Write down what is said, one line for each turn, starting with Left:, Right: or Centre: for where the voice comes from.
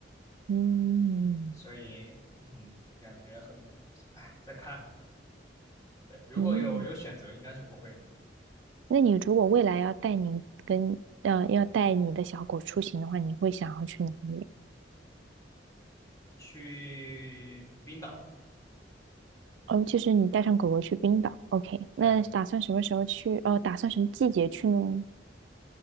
Right: 嗯
Left: 所以嗯，感觉很不，哎，再看吧。对，如果有有选择，
Right: 嗯。
Left: 应该是不会的。
Right: 那你如果未来要带你跟呃要带你的小狗出行的话，你会想要去哪里？
Left: 去冰岛，
Right: 哦，就是你带上狗狗去冰岛，OK？那打算什么时候去？
Left: 对，
Right: 哦，打算什么季节去呢？